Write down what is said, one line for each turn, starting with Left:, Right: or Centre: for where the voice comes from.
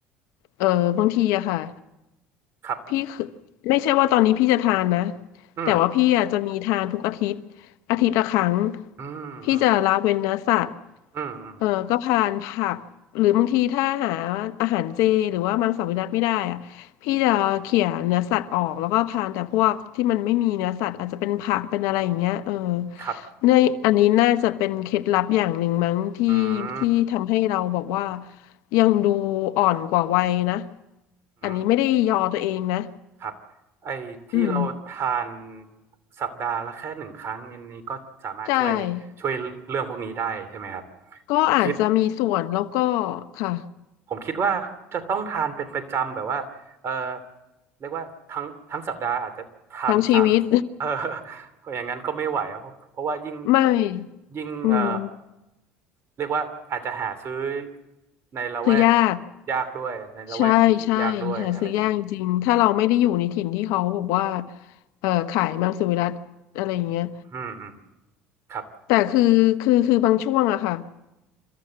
Left: เออบางทีอะค่ะ
Right: ครับ
Left: พี่คือไม่ใช่ว่าตอนนี้พี่จะทานนะ
Right: อืม
Left: แต่ว่าพี่อะจะมีทานทุกอาทิตย์อาทิตย์ละครั้ง
Right: อืมอืม
Left: พี่จะละเว้นเนื้อสัตว์
Right: อืมอืม
Left: เออก็ทานผักหรือบางทีถ้าหาอาหารเจหรือว่ามังสวิรัติไม่ได้อะ พี่จะเขี่ยเนื้อสัตว์ออกแล้วก็พานแต่พวกที่มันไม่มีเนื้อสัตว์อาจจะเป็นผักเป็นอะไรอย่างเงี้ยเออ
Right: ครับ
Left: ในอันนี้น่าจะเป็นเคล็ดลับอย่างหนึ่งมั้งที่
Right: อืม
Left: ที่ทำให้เราบอกว่ายังดูอ่อนกว่าวัยนะ
Right: อืม
Left: อันนี้ไม่ได้ยอตัวเองนะ
Right: ครับไอ้ที่เราทาน
Left: อืม
Right: สัปดาห์ละแค่หนึ่งครั้งอันนี้ก็สามารถช่วยช่วยเรื่องพวกนี้ได้ใช่ไหมครับ
Left: ใช่ก็อาจจะมีส่วนแล้วก็
Right: ผมคิด
Left: ค่ะ
Right: ผมคิดว่าจะต้องทานเป็นประจำแบบว่าเออ เรียกว่าทั้งทั้งสัปดาห์อาจจะทานสามเออ
Left: ทั้งชีวิต
Right: <laughs> อย่างนั้นก็ไม่ไหวเพราะเพราะว่ายิ่ง
Left: <laughs> ไม่
Right: ยิ่งเออ
Left: อืม
Right: เรียกว่าอาจจะหาซื้อในละแวก
Left: คือยาก
Right: ยากด้วยในละแวกนี้ยากด้วยอะไรอย่างเงี้ย
Left: ใช่ใช่หาซื้อยากจริงถ้าเราไม่ได้อยู่ในถิ่นที่เขาบอกว่าเอ่อขายมังสวิรัติอะไรอย่างเงี้ย
Right: อืมอืมครับ
Left: แต่คือคือคือบางช่วงอะค่ะ